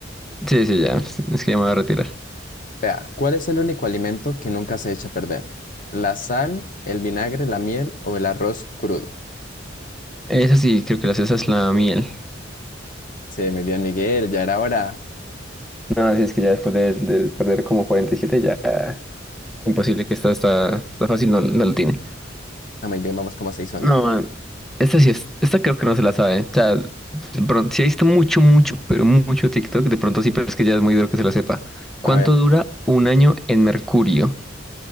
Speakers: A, in the centre; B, on the left.
A: Sí, sí, ya, es que ya me voy a retirar.
B: Vea, ¿cuál es el único alimento que nunca se echa a perder? ¿La sal, el vinagre, la miel o el arroz crudo?
A: Esa sí, creo que la cesa es la miel.
B: Sí, muy bien, Miguel. Ya era hora.
A: No, así es que ya después de, de perder como 47 ya imposible que esta está, está fácil, no, no lo tiene.
B: Ah, muy bien, vamos como se hizo, ¿no?
A: No, esta sí es, esta creo que no se la sabe. O sea, de pronto, sí he visto mucho, mucho, pero mucho TikTok, de pronto sí, pero es que ya es muy duro que se lo sepa.
B: A
A: ¿Cuánto
B: ver,
A: dura un año en Mercurio?